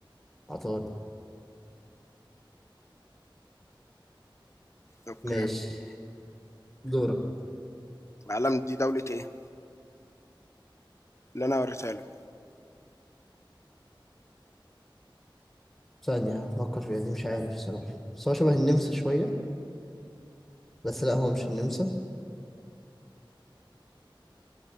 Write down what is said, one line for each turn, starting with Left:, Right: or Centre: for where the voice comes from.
Centre: عطارد
Left: اوكي
Centre: ماشي دورك
Left: العلم دي دولة ايه اللي انا وريتها لك
Centre: ثانية هفكر فيها دي مش عارف الصراحة بس هو شبه النمسا شوية بس لا هو مش النمسا